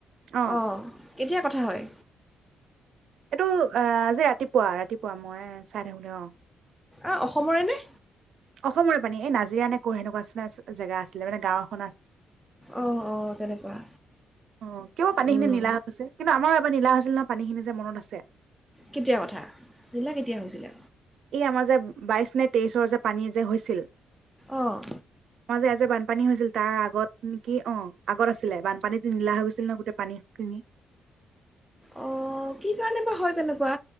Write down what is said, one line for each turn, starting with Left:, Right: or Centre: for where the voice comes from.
Right: অ'।
Centre: অহ, কেতিয়া কথা হয়
Right: এইটো এ', আজি ৰাতিপুৱা-ৰাতিপুৱা মই চাই থাকোঁতে, অহ
Centre: অ অসমৰে নে
Right: অসমৰে পানী এ নাজিৰা নে কো সেনেকুৱা নিচিনা জেগা আছিলে মানে গাঁৱ
Centre: অঁ অঁ তেনেকুৱা
Right: উম কিয় পানী
Centre: উম,
Right: খিনি নীলা কিন্তু আমাৰ এবাৰ নীলা আছিল নহয় পানী খিনি যে মনত আছে
Centre: কেতিয়া কথা নিলা কেতিয়া হৈছিলে
Right: ই আমাৰ যে বাইশ নে তেইশৰ যে পানী যে হৈছিল
Centre: অঁ
Right: মই যে আজ যে বানপানী হৈছিল তাৰ আগত নেকি অ আগত আছিলে বানপানী যে নীলা হৈছিল ন গোতে পানী কিনি
Centre: অ কি কাৰণে বা হয় তেনেকুৱা